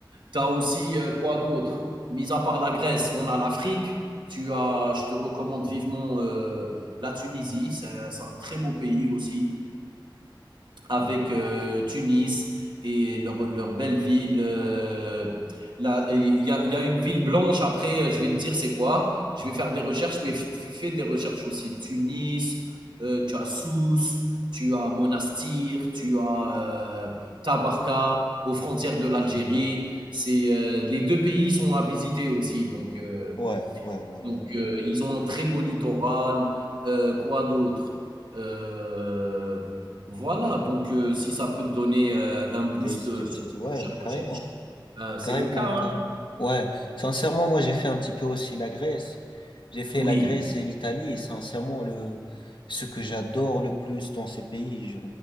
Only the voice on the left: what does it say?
ouais, ouais, ouais, ouais. ouais.
Des,
des petites,
ouais,
ouais,
carrément.
Carrément,
carrément.
Ouais, sincèrement, moi j'ai fait un petit peu aussi la Grèce. J'ai fait
la Grèce et l'Italie et sincèrement, le, ce que j'adore le plus dans ces pays, je-